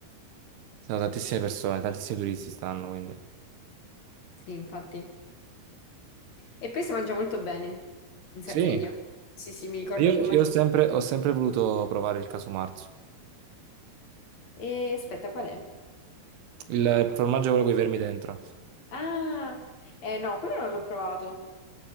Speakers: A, on the right; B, on the left.
A: ci stanno tantissime persone, tantissimi turisti stanno quindi.
B: sì, infatti. E poi si mangia molto bene in Sardegna.
A: Sì,
B: Sì, sì, mi ricordo
A: io,
B: che ho mangiato.
A: io ho sempre, ho sempre voluto provare il caso marzo,
B: E aspetta, qual è?
A: il formaggio è quello con i vermi dentro.
B: Ah, eh, no, quello non l'ho provato,